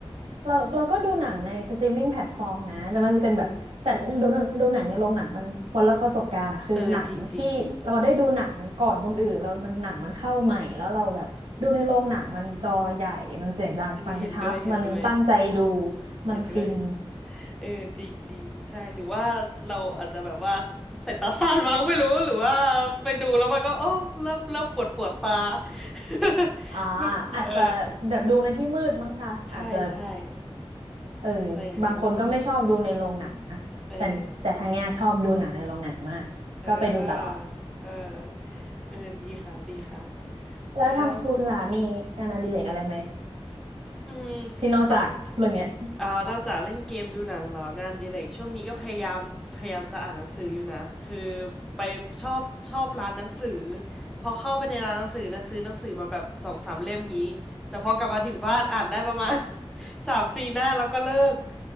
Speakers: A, on the right (about 85°); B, in the centre.
A: เราเราก็ดูหนังในสตรีมมิ่งแพลตฟอร์มนะแต่มันจะเป็นแบบแต่ดูดูดูหนังในโรงหนังมันคนละประสบการณ์อะคือหนังที่เราได้ดูหนังก่อนคนอื่นแล้วมันหนังมันเข้าใหม่แล้วเราแบบดูในโรงหนังมันจอใหญ่
B: เออเออจริงจริงจริง
A: มันเสียงดังฟังชัดมันตั้งใจดู
B: เออเห็นด้วยเห็นด้วย
A: มันฟิน
B: เห็นด้วยเออจริงจริงใช่หรือว่าเราอาจจะแบบว่าสายตาสั้นมั้งไม่รู้หรือว่าไปดูแล้วมันก็โอ้เริ่มเริ่มปวดปวดตา <laughs>
A: อ่า
B: ไม่เออ
A: อาจจะแบบดูในที่มืดมั้งค่ะอาจจะ
B: ใช่ใช่
A: เออ
B: น่าจะอย่างนั้นล่ะค่ะ
A: บางคนก็ไม่ชอบดูในโรงหนังอะ
B: เออจริง
A: แต่ทางเนี้ยชอบดูหนังในโรงหนังมากก็ไปดูตลอด
B: เออ เออ เออ ดีค่ะ ดีค่ะ
A: แล้วทางคุณล่ะมีงานอดิเรกอะไรไหม
B: แล้วอืม
A: <laughs> ที่นอกจากเรื่องเนี้ย
B: ตอนอ่านอกจากเล่นเกมดูหนังเหรองานอดีเลกช่วงนี้ก็พยายามพยายามจะอ่านหนังสืออยู่นะ คือไปชอบชอบร้านหนังสือพอเข้าไปในร้านหนังสือนะซื้อหนังสือมาแบบสองสามเล่มงี้แต่พอกลับมาถึงบ้านอ่านได้ประมาณ <laughs> สามสี่หน้าแล้วก็เลิก